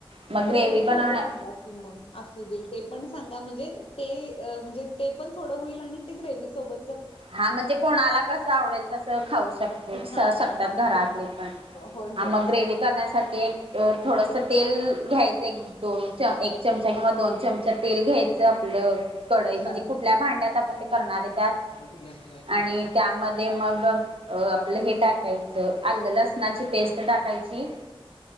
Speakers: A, on the right; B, on the left.
A: मग
B: ग्रेवी
A: ग्रेव्ही
B: थोडं
A: बनवण्या
B: सांगा कि मग असूदे ते पण सांगा म्हणजे ते म्हणजे ते पण थोडं होईल आणि ते ग्रेवी सोबत
A: हा म्हणजे कोणाला कसं आवडेल तसं खाऊ शकतो
B: हा
A: शकतात
B: हा हा
A: घरातले पण.
B: होय
A: हा
B: होय.
A: मग ग्रेवी करण्यासाठी एक थोडस तेल घ्यायचं एक दोन च एक चमचा किंवा दोन चमचा तेल घ्यायचं आपलं कडई
B: हा
A: म्हणजे कुठल्या भांड्यात आपण ते करणार आहे त्यात
B: <unintelligible>
A: आणि त्यामध्ये मग आपलं हे टा कायच आलं लसणाची पेस्ट टाकायची